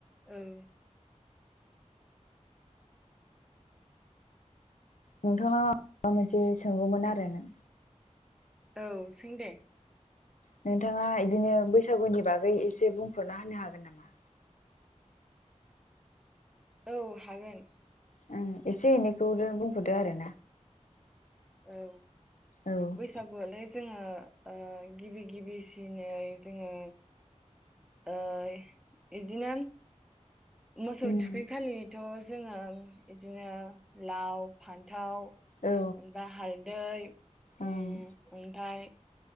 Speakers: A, in the centre; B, on the left.
A: ओउ।
B: नोंथाङा माबा मोनसे सोंगौमोन आरो नों
A: औ सों दे।
B: नोंथाङा इदिनो बैसागुनि बागै एसे बुंफोरना होनो हागोन नामा?
A: औ हागोन।
B: ओं एसे एनै खौनो बुंफोरदो आरोना।
A: औ
B: औ
A: बैसागु आलाय जोङो ओ गिबि गिबि सिनै जोङो ओइ इदिनो मोसौ
B: उम
A: थुखै खालिथ' जोङो इदिनो लाव, फान्थाव
B: औ
A: ओमफ्राय हालदै
B: ओं
A: ओम ओमफ्राय